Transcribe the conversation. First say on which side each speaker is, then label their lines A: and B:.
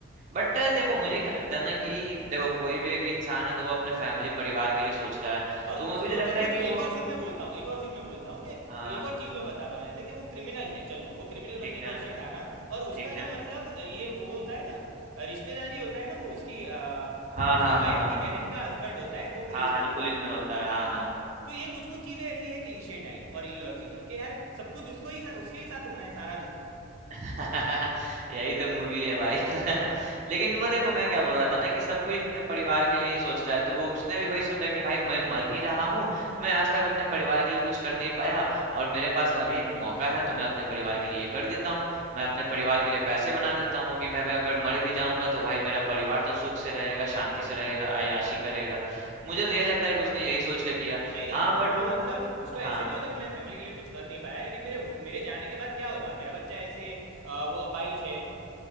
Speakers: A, on the right (about 35°); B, on the right (about 85°).
A: बट देखो मुझे क्या लगता है ना कि देखो कोई भी एक इंसान है तो वो अपने फैमिली परिवार के लिए सोचता है
B: और
A: तो मुझे
B: सोचो
A: भी लगता
B: सोचो
A: है कि
B: एक
A: वो
B: और सीन में बोलता हूँ एक और सीन में बोलता हूँ कि
A: हाँ
B: एक
A: हाँ
B: और चीज़ मैं बता रहा हूँ ऐसे कि वो क्रिमिनल है चलो वो क्रिमिनल
A: ठीक
B: बनने का
A: है
B: उससे ठाना और उसका
A: ठीक है
B: जो मतलब ये वो होता है ना रिश्तेदारी होता है ना वो उसकी आ,
A: हाँ
B: उसकी
A: हाँ
B: वाइफ
A: हाँ
B: की बहन का हस्बैंड होता है वो पुलिस
A: हाँ हाँ
B: वाला
A: जो
B: निकलता
A: पुलिस में होता
B: है
A: है हाँ हाँ
B: तो ये कुछ कुछ चीज़ें ऐसी है क्लीशे टाइप और इलॉजिकल कि यार सब कुछ उसको ही सा- उसके ही साथ होना है सारा दुख
A: <laughs> यही तो मूवी है भाई <laughs> लेकिन वो देखो मैं क्या बोल रहा था ना कि सब कोई अपने परिवार के लिए ही सोचता है तो वो उसने भी वही सोचा कि भाई मैं मर ही रहा हूँ मैं आज तक अपने परिवार के लिए कुछ कर नहीं पाया और मेरे पास अभी एक मौका है तो मैं अपने परिवार के लिए ये कर देता हूँ मैं अपने परिवार के लिए पैसे बना देता हूँ कि मैं भाई अगर मर भी जाऊंगा तो भाई मेरा परिवार तो सुख से रहेगा शांति से रहेगा आयाशी करेगा मुझे तो यही लगता है कि उसने यही सोच कर किया
B: नहीं नहीं
A: हाँ बट
B: वो
A: वो
B: मतलब उसको
A: हाँ
B: ऐसे नहीं होता कि मैं फैमिली के लिए कुछ कर नहीं पाया लेकिन मेरे हो- मेरे जाने के बाद क्या होगा मेरा बच्चा ऐसे आ, वो अपाहिज है